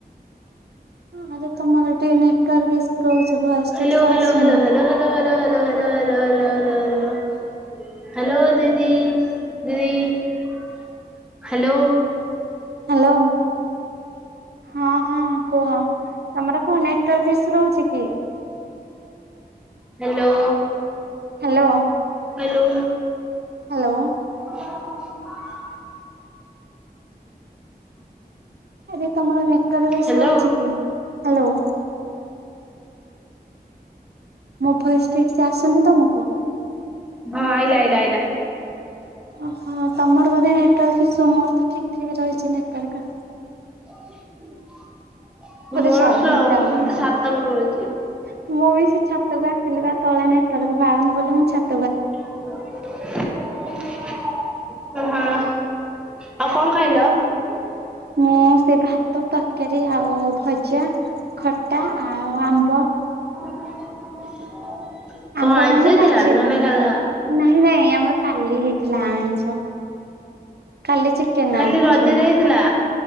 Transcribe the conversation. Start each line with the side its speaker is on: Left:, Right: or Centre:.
Right: ହଁ ତମର ନେଟୱାର୍କ ଈସୁ ରହୁଛି।
Centre: ହ୍ୟାଲୋ
Right: ଭଏସ ଠିକ
Centre: ହ୍ୟାଲୋ
Right: ସେ ଆସୁନି
Centre: hello hello hello hello. Hello hello hello hello hello hello hello ଦିଦି ଦିଦି। ହ୍ୟାଲୋ
Right: ହ୍ୟାଲୋ ହଁ ହଁ କୁହ ତମର କଣ ନେଟୱାର୍କ ଈସୁ ରହୁଛି କି?
Centre: ହ୍ୟାଲୋ।
Right: ହ୍ୟାଲୋ।
Centre: ହ୍ୟାଲୋ।
Right: ହ୍ୟାଲୋ।
Centre: <unintelligible>
Right: ଆରେ ତମର ନେଟୱାର୍କ ଈସୁ
Centre: ହ୍ୟାଲୋ
Right: ରହୁଛି କି ହ୍ୟାଲୋ। ମୋ ଭୟସ ଠିକ ସେ ଆସୁନି ତମକୁ?
Centre: ହଁ ଆଇଲା ଆଇଲା ଆଇଲା
Right: ଓହୋ ତମର ବଧେ ନେଟୱାର୍କ ମୋର ତ ଠିକ ଠିକ ରହିଛି ନେଟୱାର୍କ।
Centre: <unintelligible>
Right: ମତେ
Centre: ମୋର
Right: ସରଭର
Centre: ସ୍ଲୋ
Right: ଯାଉନଛି
Centre: ମୁଁ ତ ସାତ
Right: ମୁଁ
Centre: ନମ୍ବର ପଡୁଛି
Right: ବି ସେ ଛାତକୁ ଆସିଲି ବା ତଳେ ନାଇ ତାକୁ ପାଉନ ବୋଲି ମୁଁ ଛାତ
Centre: ଓହୋ ଆଉ କଣ ଖାଇଲ?
Right: ମୁଁ ସେ ଭାତ ତରକାରୀ ଆଉ ଭଜା ଖ ଖଟା ଆଉ ଆମ୍ବ।
Centre: <unintelligible>
Right: ଆମ୍ବ
Centre: ଆଇଁଷ
Right: ମାନେ
Centre: ହେଇଥିଲା
Right: ପାଚିଲା
Centre: ନା ନାଇଁ
Right: ଆମ୍ବ
Centre: ସାଧା
Right: ନାଇଁ ନାଇଁ ଆମର କାଲି ହେଇଥିଲା ଆଇଁସ। କାଲି ଚିକେନ
Centre: ଖାଲି
Right: ଆଣିଥିଲୁ
Centre: ରଜରେ ହେଇଥିଲା